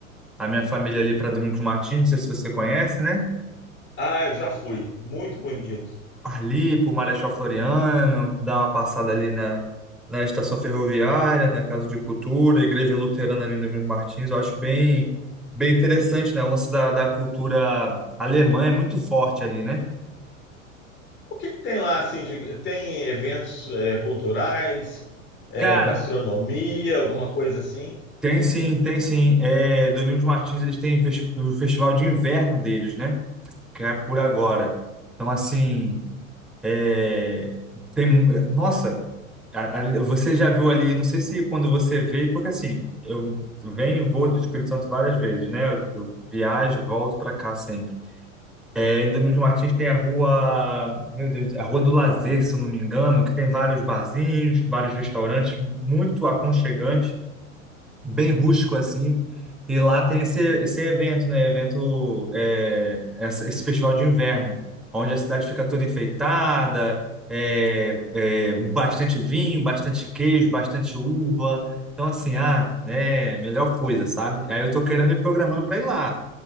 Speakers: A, in the centre; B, on the left.
A: a minha família ali para Domingos Martins, não sei se você conhece, né?
B: Ah, eu já fui. Muito bonito.
A: ali por Marechal Floriano, dar uma passada ali na, na estação ferroviária, na Casa de Cultura, Igreja Luterana ali no Emílio Martins, eu acho bem, bem interessante, né? O lance da, da cultura alemã é muito forte ali, né?
B: O que que tem lá assim de- tem eventos eh, culturais, eh,
A: Cara,
B: gastronomia, alguma coisa assim?
A: tem sim, tem sim. É, Domingos Martins, eles têm festi- o festival de inverno deles, né? Que é por agora. Então, assim. É, tem, nossa, a- a- você já viu ali, não sei se quando você veio, porque assim, eu venho e vou do Espírito Santo várias vezes, né? Eu, eu viajo, e volto para cá sempre. É, em Domingos Martins tem a rua, meu Deus, a Rua do Lazer, se eu não me engano, que tem vários barzinhos, vários restaurantes muito aconchegantes bem rústico assim. E lá tem esse, esse evento, né? Evento, é, essa- esse festival de inverno, onde a cidade fica toda enfeitada, é, é, bastante vinho, bastante queijo, bastante uva. Então, assim, ah, né? Melhor coisa, sabe? Aí eu tô querendo me programando para ir lá.